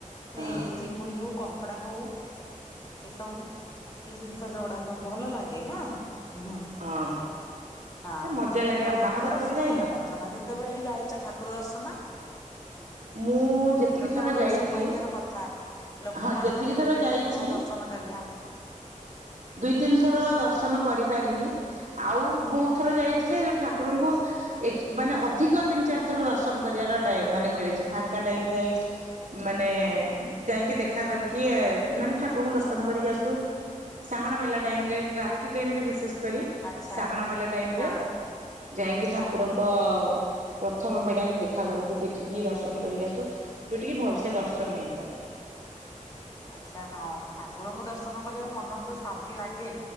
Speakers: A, on the right; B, on the left.
A: ହଁ
B: ଏ ଚିଙ୍ଗୁଡି ହଉ କଣ କଙ୍କଡା ହଉ, ଏସବୁ ଯୋଉ ଜିନିଷ ଯୋଉଗୁଡାକ, ଭଲ ଲାଗେ ନା। ହୁଁ
A: ହଁ।
B: ହଁ
A: ଗୋଟେ ମଜା
B: ତମେ
A: ଲାଗେ ଆଉ
B: ଠାକୁର
A: ବାହାଘର
B: ଦର୍ଶନ
A: ପରେ ଯାଇନ?
B: କରିପାରୁଚନା? ଯେତେବେଳେ ବି ଯାଇଛ ଠାକୁର ଦର୍ଶନ। ସେଟା
A: ମୁଁ ଯେତିକି ଥର
B: ତ ଗୋଟେ,
A: ଯାଇଛି
B: ମୋ ସୌଭାଗ୍ୟର କଥା। ଲୋକମାନଙ୍କ
A: ହଁ ଯେତିକି
B: ଭିଡରେ,
A: ଥର ଯାଇଛି
B: ଠାକୁରଙ୍କୁ ଦର୍ଶନ କରିବା।
A: ଦୁଇ, ତିନି ଥର ଦର୍ଶନ କରି ପାରିନି। ଆଉ ବହୁତ ଥର ଯାଇଛି ଯେ, ଠାକୁରଙ୍କୁ ଏକ୍, ମାନେ ଅଧିକ ତିନି ଚାରି ଥର ଠାକୁର ଦର୍ଶନ କରିବାର ଟାଇମ୍ ମିଳିଛି। ଫାଙ୍କା ଟାଇମ ଥାଏ। ମାନେ ଯାଇଁକି ଦେଖା କରିକି, ମାନେ ଠାକୁରଙ୍କୁ ଦର୍ଶନ କରିକି ଆସୁ। ସାହାଣ ମେଲା ଟାଇମ୍ ରେ, ରାତି ଟାଇମ୍ ରେ ବିଶେଷ କରି,
B: ଆଚ୍ଛା
A: ସାହାଣ ମେଲା ଟାଇମ୍
B: ହଁ
A: ରେ। ଯାଇକି ଠାକୁରଙ୍କ ପ୍ରଥମ ବେଢ଼ାରେ ଦେଖା କରିକି, ଦେଖିକି ଦର୍ଶନ କରିକି ଆସୁ। ଯୋଉଠିକି ଭଲସେ ଦର୍ଶନ ହେଇପାରେ।
B: ଆଛା, ହଁ। ଠାକୁରଙ୍କୁ ଦର୍ଶନ କରିବାକୁ ମନରେ ଯୋଉ ଶାନ୍ତି ଲାଗେ।